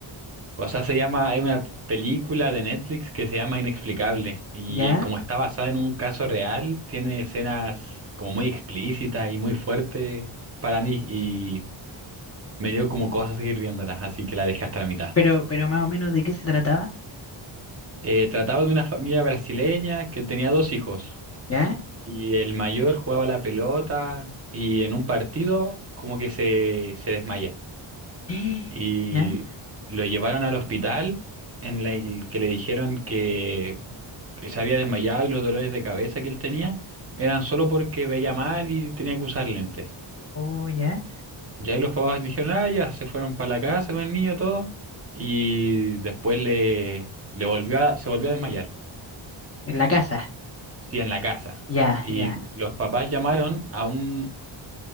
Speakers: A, on the right (about 30°); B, on the left (about 30°).
A: O sea, se llama, hay una película de Netflix que se llama Inexplicable y
B: ¿Ya?
A: eh, como está basada en un caso real, tiene escenas como muy explícitas y muy fuertes para mí y me dio como cosas seguir viéndolas, así que la dejé hasta la mitad.
B: Pero, pero más o menos de qué se trataba,
A: Eh, trataba de una familia brasileña que tenía dos hijos
B: ¿ya?
A: y el mayor jugaba la pelota y en un partido como que se, se desmaya.
B: <gasps>
A: y
B: ¿Ya?
A: lo llevaron al hospital en la el que le dijeron que se había desmayado y los dolores de cabeza que él tenía eran solo porque veía mal y tenía que usar lentes.
B: Oh, ya.
A: Y ahí los papás dijeron, ah, ya, se fueron para la casa con el niño todo y después le, le volvió a- se volvió a desmayar,
B: En la casa.
A: sí, en la casa.
B: Ya,
A: Y
B: ya.
A: los papás llamaron a un